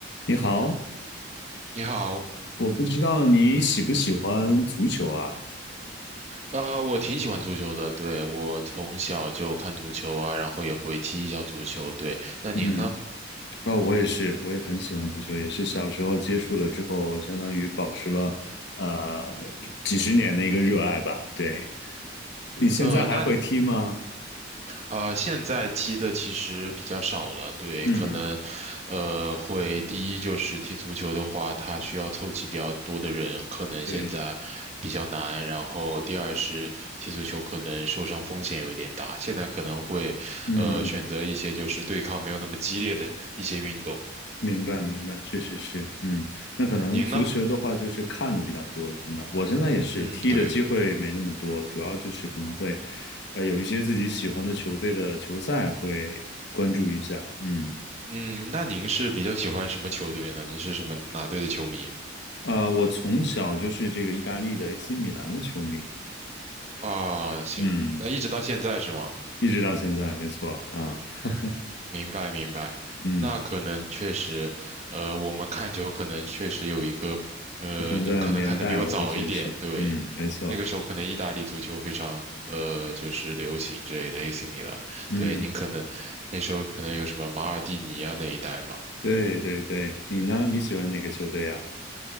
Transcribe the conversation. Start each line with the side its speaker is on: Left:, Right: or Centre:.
Left: 你好，
Right: 你好，
Left: 我不知道你喜不喜欢足球啊？
Right: 呃，我挺喜欢足球的，对，我从小就看足球啊，然后也会踢一下足球，对。那您呢？
Left: 嗯，啊，我也是，我也很喜欢足球，也是小时候接触了之后，相当于保持了呃几十年的一个热爱吧。对，你现在还会踢吗？
Right: 呃，那呃，现在踢的其实比较少了，对，
Left: 嗯，
Right: 可能，呃，会第一就是踢足球的话，它需要凑齐比较多的人，可能现在比较难。
Left: 对，
Right: 然后第二是踢足球可能受伤风险有一点大，现在可能会，
Left: 嗯。
Right: 呃，选择一些就是对抗没有那么激烈的一些运动。
Left: 明白，明白，确实是，嗯，那可能足球的话就是看的比较多了。
Right: 您呢？
Left: 现在，我现在也是踢的机会没那么多，
Right: 嗯，对。
Left: 主要就是可能会，呃，有一些自己喜欢的球队的球赛会关注一下。嗯，
Right: 嗯，那您是比较喜欢什么球队呢？您是什么哪队的球迷
Left: 呃，我从小就是这个意大利的 AC 米兰的球迷，
Right: 啊？行，
Left: 嗯，
Right: 那一直到现在是吗？
Left: 一直到现在，没错啊，<laughs>
Right: 明白明白，
Left: 嗯，
Right: 那可能确实，呃，我们看球可能确实有一个，呃，
Left: 不同的年代，
Right: 您可能看的比我早一点，
Left: 我估计也是，
Right: 对，
Left: 嗯，没错，
Right: 那个时候可能意大利足球非常，呃，就是流行之类的 AC 米兰，
Left: 嗯，
Right: 对，您可能那时候可能有什么马尔蒂尼啊那一代吧。
Left: 对对对，你呢？你喜欢哪个球队啊？